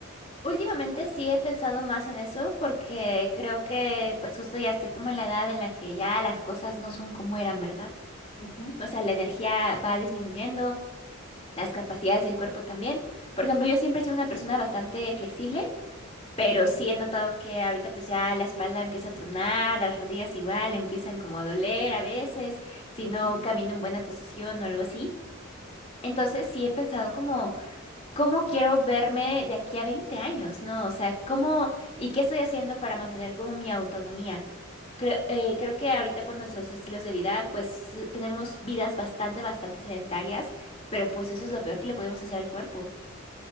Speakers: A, on the left; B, on the left.
A: Últimamente sí he pensado más en eso porque creo que pues justo ya estoy como en la edad en la que ya las cosas no son como eran, ¿verdad?
B: Ujú,
A: O sea, la energía va disminuyendo, las capacidades del cuerpo también. Por ejemplo, yo siempre he sido una persona bastante flexible, pero
B: ujú.
A: sí he notado que ahorita pues ya la espalda empieza a tronar, las rodillas igual empiezan como a doler a veces, si
B: ujú.
A: no camino en buena posición o algo así. Entonces sí he pensado como ¿Cómo quiero verme de aquí a 20 años? ¿No? O sea, ¿cómo y qué estoy haciendo para mantener como mi autonomía? Creo, eh, creo que ahorita por nuestros estilos de vida, pues eh, tenemos vidas bastante, bastante sedentarias, pero pues eso es lo peor que le podemos hacer al cuerpo.